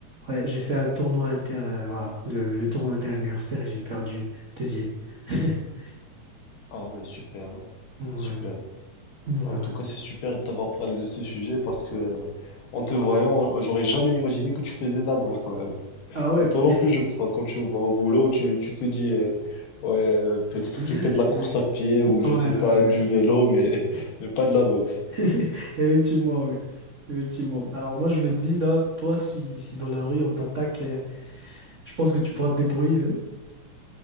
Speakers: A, on the right; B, on the left.
A: Ouais, j'ai fait un tournoi inter, euh, voilà, le, le tournoi interuniversitaire et j'ai perdu deuxième. <laughs>
B: Ah ouais, super, hein,
A: Ouais,
B: super.
A: voilà.
B: Bah, En tout cas, c'est super de t'avoir parlé de ce sujet parce que, euh, en te voyant, j'aurais jamais imaginé que tu faisais de la danse quand même.
A: Ah ouais.
B: Et toi non plus, je crois, quand tu vas au boulot, tu, tu te dis, euh, ouais, euh, peut-être
A: <laughs>
B: qu'il fait de la course
A: Effect-
B: à pied ou je
A: Ouais,
B: sais pas,
A: ouais,
B: du vélo, mais, <laughs> mais pas de la boxe.
A: ouais. <laughs> Effectivement, ouais. Effectivement. Alors moi, je me dis, là, toi, si, si dans la rue on t'attaque, euh, je pense que tu pourras te débrouiller. hein.